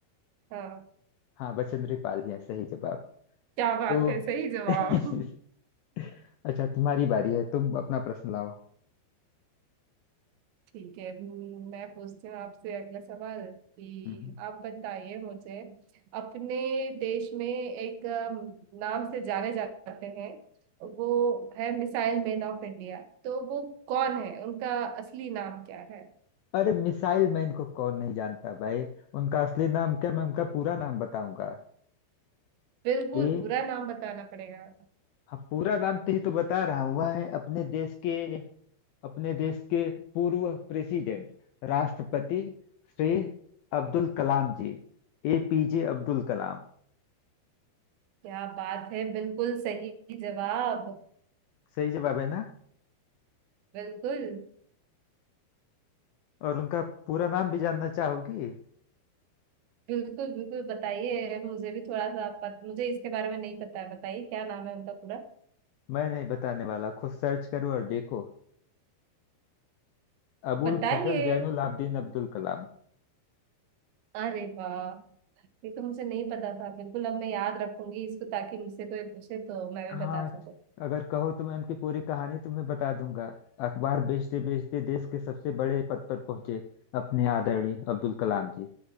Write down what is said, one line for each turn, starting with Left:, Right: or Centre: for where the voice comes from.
Right: हाँ
Left: हाँ बचेंद्री पाल ही है सही जवाब
Right: क्या बात
Left: तो
Right: है सही जवाब
Left: <laughs> अच्छा तुम्हारी बारी है तुम अपना प्रश्न लाओ
Right: ठीक है हम्म, मैं पूछती हूँ आपसे अगला सवाल कि
Left: हम्म
Right: आप बताइए मुझे अपने देश में एक अम, नाम से जाने जाते हैं वो है मिसाइल मैन ऑफ इंडिया तो वो कौन है उनका असली नाम क्या है
Left: अरे मिसाइल मैन को कौन नहीं जानता भाई उनका असली नाम क्या मैं उनका पूरा नाम बताऊंगा
Right: बिल्कुल
Left: ए
Right: पूरा नाम बताना पड़ेगा
Left: हाँ पूरा नाम तो ही तो बता रहा हूं वह है अपने देश के अपने देश के पूर्व प्रेसिडेंट राष्ट्रपति श्री अब्दुल कलाम जी एपीजे अब्दुल कलाम
Right: क्या बात है बिल्कुल सही जवाब
Left: सही जवाब है ना
Right: बिल्कुल
Left: और उनका पूरा नाम भी जानना चाहोगी
Right: बिल्कुल बिल्कुल बताइए मुझे भी थोड़ा सा पत, मुझे इसके बारे में नहीं पता है बताइए क्या नाम है उनका पूरा
Left: मैं नहीं बताने वाला खुद सर्च करो और देखो अबुल
Right: बताइए
Left: फजल जैनुल आबदीन अब्दुल कलाम
Right: अरे वाह ये तो मुझे नहीं पता था बिल्कुल अब मैं याद रखूंगी इसको ताकि मुझसे कोई पूछे तो मैं भी
Left: हाँ
Right: बता सकूं
Left: अगर कहो तो मैं उनकी पूरी कहानी तुम्हें बता दूंगा अखबार बेचते बेचते देश के सबसे बड़े पद पर पहुंचे अपने आदरणीय अब्दुल कलाम जी